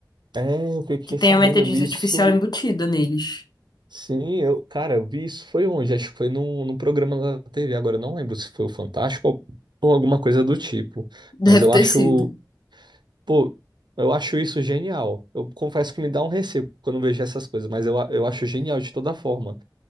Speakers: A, on the right; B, on the left.
A: É, eu fiquei
B: que tem
A: sabendo,
B: uma inteligência
A: eu vi
B: artificial
A: isso.
B: embutida neles.
A: Sim, eu, cara, eu vi isso foi onde? Acho que foi num, num programa da TV. Agora eu não lembro se foi o Fantástico ou, ou alguma coisa do tipo. Mas
B: Deve
A: eu
B: ter
A: acho,
B: sido.
A: pô, eu acho isso genial. Eu confesso que me dá um receio quando eu vejo essas coisas, mas eu, a- eu acho genial de toda forma.